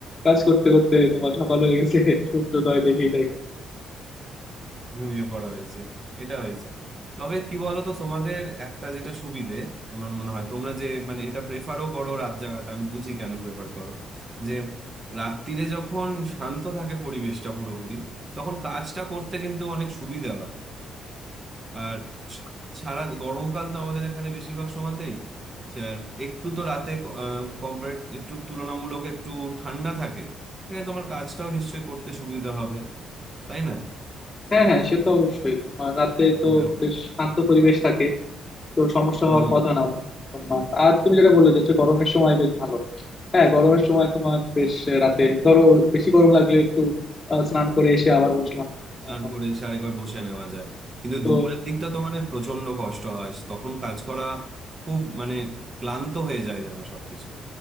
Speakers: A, on the left (about 20°); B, on the right (about 35°).
A: কাজ করতে করতে তোমার সকাল হয়ে গেছে সূর্যোদয় দেখেই দেখি
B: ঘুমিয়ে পড়া হয়েছে এটা হয়েছে তবে কি বলতো তোমাদের একটা যেটা সুবিধে আমার মনে হয় তোমরা যে মানে এটা প্রেফারও করো রাত জাগাটা আমি বুঝি কেন প্রেফার করো যে রাত্তিরে যখন শান্ত থাকে পরিবেশটা পুরোপুরি তখন কাজটা করতে কিন্তু অনেক সুবিধা হয় আর সা- সারা গরমকাল তো আমাদের এখানে বেশিরভাগ সময়তেই যা- একটু তো রাতে কম্পারেট একটু তুলনামূলক একটু ঠান্ডা থাকে এখানে তোমার কাজটাও নিশ্চয়ই করতে সুবিধা হবে তাই না
A: হ্যাঁ হ্যাঁ সে তো অবশ্যই তোমার রাতে তো
B: হ্যাঁ
A: বেশ শান্ত পরিবেশ থাকে তো সমস্যা
B: হুম
A: হওয়ার কথা না তোমার আর তুমি যেটা বললে যে হচ্ছে গরমের সময় বেশ ভালো হ্যাঁ গরমের সময় তোমার বেশ রাতে ধরো বেশি গরম লাগলে একটু আহ, স্নান করে এসে আবার বসলাম
B: স্নান
A: আহ, তোমার
B: করে এসে আরেকবার বসে নেওয়া যায় কিন্তু
A: তো
B: দুপুরের দিকটা তো মানে প্রচন্ড কষ্ট হয় তখন কাজ করা খুব মানে ক্লান্ত হয়ে যায় যেন সবকিছু